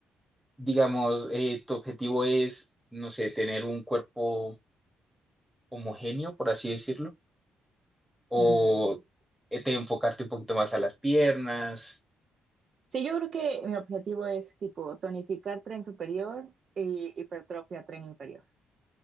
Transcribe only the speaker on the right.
Mm.
Sí, yo creo que mi objetivo es tipo tonificar tren superior y hipertrofia tren inferior.